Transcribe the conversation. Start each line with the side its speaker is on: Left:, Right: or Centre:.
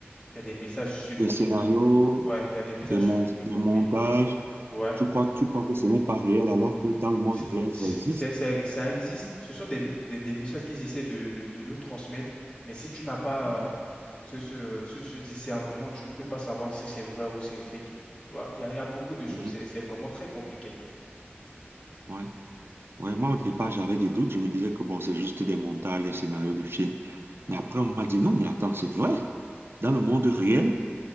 Left: il y a des messages subliminaux.
Right: Des scénarios,
Left: Ouais, il y a des messages
Right: des, mon-
Left: subliminaux,
Right: des montages.
Left: oui. ex- Ouais.
Right: Tu crois, tu crois que ce n'est pas réel alors que dans le monde
Left: c'est-
Right: réel,
Left: c'est-
Right: ça existe.
Left: c'est- ça ça existe. Ce sont des, des, des messages qu'ils essaient de, de, de nous transmettre. Mais si tu n'as pas
Right: Mhm,
Left: euh, ce, ce, ce, ce discernement, tu ne peux pas savoir si c'est vrai ou c'est fake. Tu vois, il y a, il y a beaucoup de choses.
Right: mhm,
Left: C'est c'est vraiment très compliqué.
Right: ouais. Ouais, moi, au départ, j'avais des doutes. Je me disais que bon, c'est juste des montages, des scénarios de films.
Left: Mhm.
Right: Mais après, on m'a dit non, mais attends, c'est vrai. Dans le monde réel,